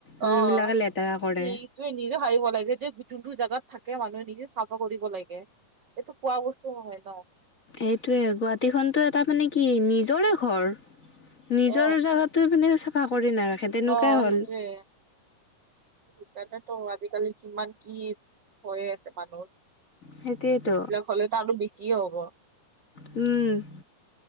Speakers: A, on the left (about 30°); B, on the right (about 75°).
A: যোনবিলাকে
B: অহ
A: লেতেৰা কৰে
B: পিক চবে নিজে ভাবিব লাগে যে যোনটো জাগাত থাকে মানুহে নিজে চাফা কৰিব লাগে। এইটো কোৱা বস্তু নহয় ন।
A: এইেটোৱে গুৱাহাটীখনতো এটা মানে কি নিজৰে ঘৰ। নিজৰ
B: অ
A: জেগাত টো মানে চাফা কৰি নাৰাখে। তেনেকুৱাই
B: অ',
A: হ'ল
B: সেইটোৱে। সেইকাৰণেতো আজিকালি কিমান কি হৈয়ে আছে মানুহৰ
A: সেইটোৱেতো
B: হ'লে ত আৰু বেছিয়ে হ'ব
A: উম